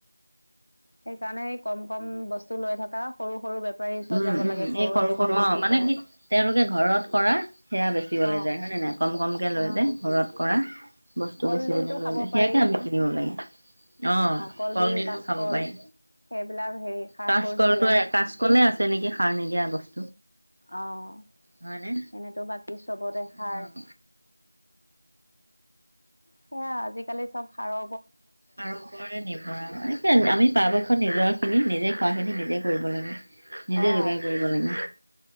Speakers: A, on the left (about 70°); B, on the right (about 85°).
A: সেইকাৰণে কম কম বস্তু লৈ থকা সৰু সৰু বপ তাৰ পাৰছত
B: উম,
A: যাব
B: উম,
A: লাগে ঘৰুৱা
B: এই সৰু
A: বস্তু
B: অ মানে
A: কৰে
B: কি তেওঁলোকে ঘৰত কৰা সেয়া বেচিবলৈ
A: অ
B: যায় হয় নে নাই কম কমকে লৈ
A: অ
B: যায় ঘৰত কৰা বস্তু
A: কলডিলটো
B: বেচিবলৈ লৈ
A: খাব
B: যায় সেয়াকে
A: পাৰি
B: আমি কিনিব লাগে অ
A: কলডিল
B: কলডিলটো
A: কাচকল
B: খাব পাৰি
A: সেইবিলাক হেৰি সাৰ
B: কাচকলটো
A: সুৰ নিদিয়া
B: কাচ আছে নেকি সাৰ নিদিয়া বস্তু
A: আহ
B: হয়নে?
A: এনেতো বাকী চবতে
B: অ',
A: সাৰ। সেয়া আজিকালি চব সাৰ
B: নিভৰ আমি পৰাপক্ষত নিজৰ খিনি নিজে পৰাখিনি নিজেই কৰিব লাগে নিজে
A: অ
B: যোগাৰ কৰিব লাগে।